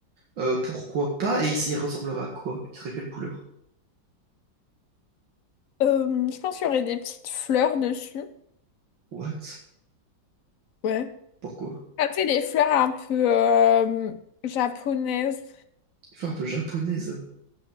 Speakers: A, on the right; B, on the left.
A: Euh, pourquoi pas? Et il, il ressemblerait à quoi? Il serait quelle couleur?
B: Euh, je pense qu'il y aurait des petites fleurs dessus.
A: What?
B: Ouais.
A: Pourquoi?
B: Ah, tu sais, les fleurs un peu euh, japonaises,
A: Une fleur un peu japonaise.